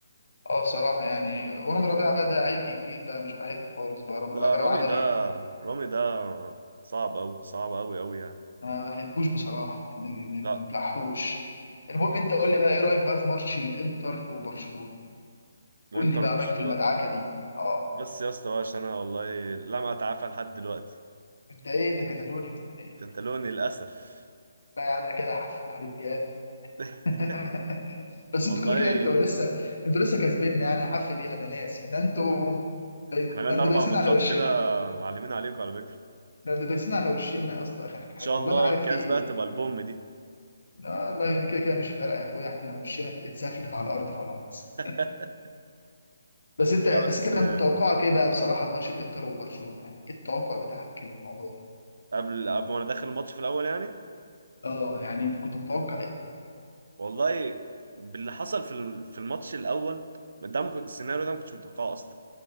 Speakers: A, on the left; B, on the right.
A: اه بصراحة يعني ورامي ربيعة بقى ده عيل كبير بقى مش بحبه خالص بقى رامي
B: لا
A: ربيعة ده
B: رامي
A: لو عمل
B: ده
A: ايه
B: رامي ده صعب قوي صعب قوي قوي يعني
A: أنا ما بحبوش بصراحة يعني ما بي-
B: لا
A: ما بيبلعحوش المهم انت قول لي بقى ايه رأيك بقى في ماتش الانتر وبرشلونة قول
B: انتر
A: لي بقى
B: برشلونه
A: رأيك في المدعكة دي اه
B: بس يا اسطى بقى انا والله لم اتعافى لحد دلوقتي
A: انت ايه انت كتالوني ولا ايه
B: كتالوني للاسف
A: بقى انا كده هحفل عليك جامد
B: <laughs>
A: <laughs> بس
B: والله
A: انتوا كده كده انتوا لسه انتوا لسه كسبنا يعني هحفل ايه ده انا ناس ده انتوا ده
B: احنا بقالنا
A: ده انتوا
B: اربع
A: دايسين
B: ماتشات
A: على وشنا
B: كده معلمين عليكم على فكره
A: ده ده دايسين على وشنا يا اسطى اخر
B: ان
A: حاجه
B: شاء
A: والله
B: الله
A: ما عارف
B: الكاس
A: في ايه
B: بقى تبقى البوم دي
A: لا والله يعني كده كده مش فارقه يا اخويا احنا وشنا اتسفلت على الارض خلاص
B: <laughs>
A: بس انت
B: لا بس
A: بس انت
B: آه،
A: كان توقعك ايه بقى بصراحه الماتش الانتر وبرشلونه يعني ايه التوقع بتاعك للموضوع ده
B: قبل قبل ما انا داخل الماتش في الاول يعني
A: اه يعني انت كنت متوقع ايه
B: والله باللي حصل في ال- في الماتش الاول ده ما كنت- السيناريو ده ما كنتش متوقعه اصلا